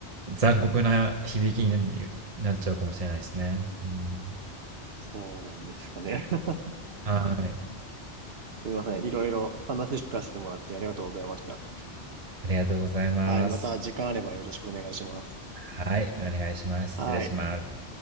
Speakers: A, on the right; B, on the right.
A: 残酷な響きになっちゃうかもしれないですね。うん、
B: そうなんですかね。<laughs>
A: はい。
B: すいません。いろいろ話聞かせてもらってありがとうございました。
A: ありがとうございます。
B: はい。また時間あればよろしくお願いします。
A: はい。お願いします。
B: はい。
A: 失礼します。